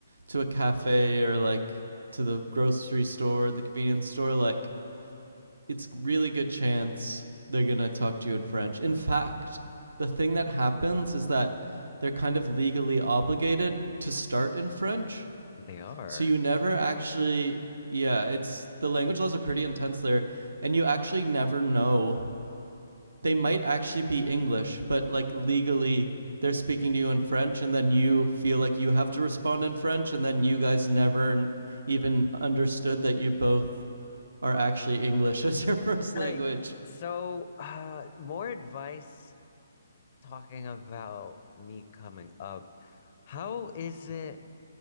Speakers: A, on the right; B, on the left.
A: to a cafe or like to the grocery store, the convenience store, like it's really good chance they're going to talk to you in French. In fact, the thing that happens is that they're kind of legally obligated to start in French.
B: They are.
A: So you never actually yeah, it's the language laws are pretty intense there and you actually never know they might actually be English, but like legally they're speaking to you in French, and then you feel like you have to respond in French, and then you guys never even understood that you both are actually English <laughs> as your first language.
B: All right. So, uh, more advice talking about me coming up. How is it?